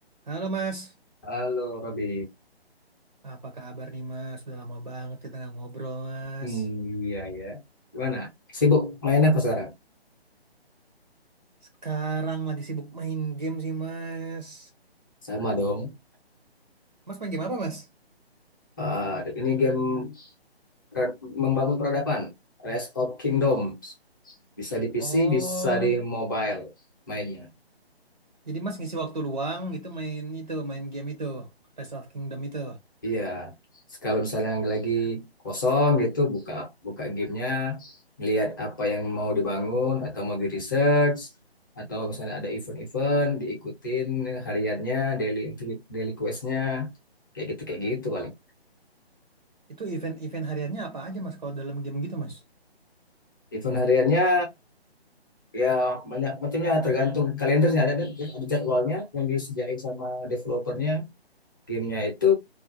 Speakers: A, on the right; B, on the left.
A: Halo Mas,
B: Halo Robi.
A: apa kabar nih Mas? Sudah lama banget kita nggak ngobrol Mas.
B: Hmm, iya ya. Gimana? Sibuk main apa sekarang?
A: Sekarang lagi sibuk main game sih Mas.
B: Sama dong.
A: Mas main game apa Mas?
B: Ah, ini game pra- membangun peradaban. Rise of Kingdoms. Bisa di PC,
A: Oh,
B: bisa di mobile mainnya.
A: jadi Mas ngisi waktu luang gitu main itu, main game itu, Rise of Kingdom itu.
B: Iya. Kalau misalnya yang lagi kosong gitu, buka buka gamenya, ngelihat apa yang mau dibangun atau mau di research atau misalnya ada event-event diikutin hariannya, daily activity, daily questnya, kayak gitu kayak gitu paling.
A: Itu event-event hariannya apa aja Mas kalau dalam game gitu Mas?
B: Event hariannya ya banyak macamnya tergantung kalendernya ada ada jadwalnya yang disediain sama developernya gamenya itu